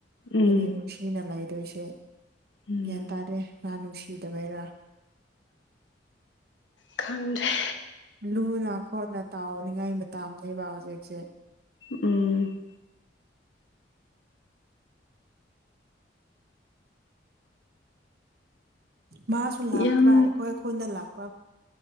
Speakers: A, on the left; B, on the right.
A: ꯎꯝ
B: ꯍꯥꯏꯗꯤ ꯅꯨꯡꯁꯤꯅ ꯂꯩ ꯗꯨꯏꯁꯦ
A: ꯎꯝ
B: ꯒ꯭ꯌꯥꯟ ꯇꯥꯗꯔ‌ꯦ ꯃꯥ ꯅꯨꯡꯁꯤꯗꯕꯩꯔꯥ
A: ꯍ ꯈꯪꯗꯔꯦ
B: ꯂꯨꯅ ꯈꯣꯠꯅ ꯇꯥꯎꯅꯤꯡꯉꯥꯏ ꯃꯇꯝꯅꯦꯕ ꯍꯧꯖꯤꯛꯁꯦ
A: ꯎꯝ
B: ꯃꯥꯁꯨ ꯂꯥꯛꯄ꯭ꯔꯥ
A: ꯌꯥꯝ
B: ꯑꯩꯈꯣꯏ ꯈꯨꯟꯗ ꯂꯥꯛ